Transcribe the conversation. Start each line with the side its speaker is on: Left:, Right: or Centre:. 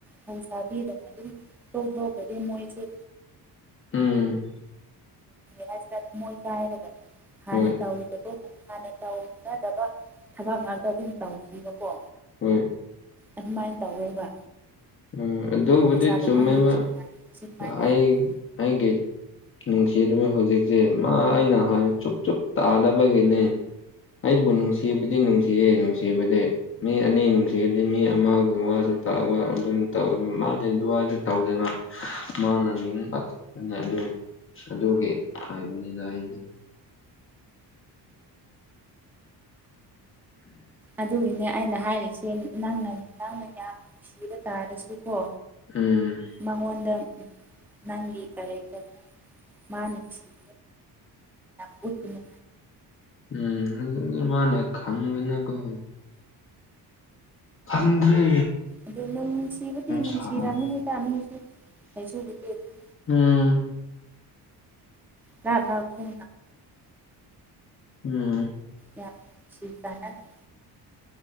Centre: ꯐꯧ ꯁꯥꯕꯤꯗꯅ ꯑꯗꯨꯝ ꯇꯣꯛꯊꯣꯛꯒꯗꯤ ꯃꯣꯏꯁꯦ
Left: ꯎꯝ
Centre: ꯍꯥꯏꯁꯤꯔ ꯊꯃꯣꯏ ꯀꯥꯏꯔꯒ ꯍꯥꯟꯅ
Left: ꯍꯣꯏ
Centre: ꯇꯧꯋꯗꯣ ꯍꯥꯟꯅ ꯇꯧꯅꯗꯕ ꯊꯕꯛ ꯉꯥꯛꯇ ꯑꯗꯨꯝ ꯇꯧꯈꯤꯕꯀꯣ
Left: ꯍꯣꯏ
Centre: ꯑꯗꯨꯃꯥꯏꯅ ꯇꯧꯋꯦꯕ
Left: ꯎ ꯑꯗꯨꯕꯨꯗꯤ
Centre: ꯂꯩꯁꯥ
Left: ꯆꯨꯝꯃꯦꯩꯕ
Centre: ꯄꯥꯈꯪ ꯅꯨꯡꯁꯤ ꯅꯥꯅꯕꯁꯦ ꯑꯗꯨꯃꯥꯏꯅ ꯇꯧꯋꯦꯕ
Left: ꯑꯩ ꯑꯩꯒꯦ ꯁꯤ ꯑꯗꯨꯃꯤ ꯍꯧꯖꯤꯛꯁꯦ ꯃꯥ ꯑꯩꯅ ꯍꯥꯏ ꯆꯨꯞ ꯆꯨꯞ ꯇꯥꯅꯕꯒꯤꯅꯦ ꯑꯩꯕꯨ ꯅꯨꯡꯁꯤꯕꯗꯤ ꯅꯨꯡꯁꯤꯌꯦ ꯅꯨꯡꯁꯤꯕꯗꯤ ꯃꯤ ꯑꯅꯤ ꯅꯨꯡꯁꯤꯕꯗꯤ ꯃꯤ ꯑꯃꯒꯁꯨ ꯇꯥ ꯑꯗꯨꯝ ꯇꯧ ꯃꯥꯗꯤ ꯑꯗꯨꯋꯥꯏꯗ ꯇꯧꯗꯅ ꯃꯥꯅ ꯅꯤꯡꯕ ꯈꯛꯇꯅ ꯑꯗꯨ ꯑꯗꯨꯒꯤ ꯍꯥꯏꯕꯅꯤꯅ ꯑꯩꯁꯦ
Centre: ꯑꯗꯨꯒꯤꯅꯦ ꯑꯩꯅ ꯍꯥꯏꯔꯤꯁꯦ ꯅꯪꯅ ꯅꯪꯅ ꯌꯥꯝ ꯅꯨꯡꯁꯤꯕ ꯇꯥꯔꯁꯨ ꯀꯣ
Left: ꯎꯝ
Centre: ꯃꯉꯣꯟꯗ ꯎ ꯅꯪꯒꯤ ꯀꯔꯀꯝ ꯃꯥꯅꯤꯁꯤꯦ ꯈꯨꯅꯤ
Left: ꯎꯝ ꯍ ꯃꯥꯅ ꯈꯥꯡꯕꯅ ꯀ ꯑꯗ꯭ꯔꯦ
Centre: ꯑꯗꯨ ꯅꯨꯡ ꯁꯤꯕꯨꯗꯤ ꯅꯨꯡꯁꯤꯔꯝꯃꯅꯤꯗ
Left: ꯁꯥꯡꯉꯦ
Centre: ꯃꯤꯁꯨ ꯀꯁꯨꯕꯨꯗꯤ ꯑꯗꯨꯝ
Left: ꯎꯝ
Centre: ꯂꯥꯛꯊ
Left: ꯎꯝ
Centre: ꯌꯥꯝ ꯅꯨꯡꯁꯤ ꯇꯅꯕꯤꯣ